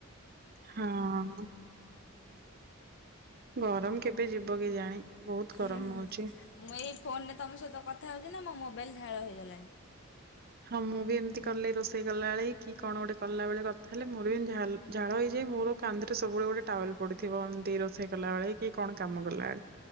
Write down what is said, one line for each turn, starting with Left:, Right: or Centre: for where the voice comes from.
Right: ହଁ। ଗରମ କେବେ ଯିବ କେଜାଣି? ବହୁତ ଗରମ
Left: ହୁଁ ମୁଁ
Right: ହଉଛି।
Left: ଏଇ ଫୋନରେ ତମ ସହିତ କଥା ହଉଛି ନା ମୋ ମୋବାଇଲ ଝାଳ ହେଇଗଲାଣି।
Right: ହଁ ମୁଁ ବି ଏମିତି କଲେ ରୋଷେଇ କଲା ବଳେ କି କଣ ଗୋଟେ କଲା ବେଳେ କଥା ହେଲେ ମୋର ବି ଏମିତି ଝାଲ ଝାଳ ହେଇଯାଇ ମୋର କାନ୍ଧରେ ସବୁବେଳେ ଗୋଟେ ଟାୱେଲ ପଡିଥିବ ଏମିତି ରୋଷେଇ କଲା ବଳେ କି କଣ କାମ କଲାବେଳେ।